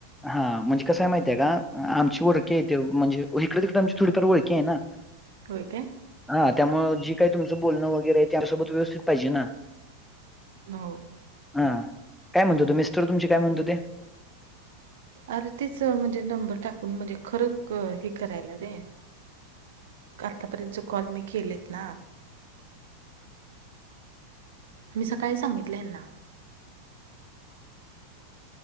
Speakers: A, in the centre; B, on the right (about 55°).
A: हा म्हणजे कसंय माहिते हे का, आमची ओळखी आहे ते म्हणजे हिकडं तिकडं आमची थोडीफार ओळखी आहे ना.
B: होय काय.
A: हां त्यामुळं जे काही तुमचं बोलणं वगैरेय ते, आमच्या सोबत व्यवस्थित पाहिजे ना.
B: हो.
A: हा काय म्हणत होते मिस्टर तुमचे, काय म्हणत होते.
B: अरे तेच म्हणजे, नंबर टाकून म्हणजे खरं हे करायला रे. आतापर्यंतच कॉल मी केलेत ना. मी सकाळी सांगितले हेना.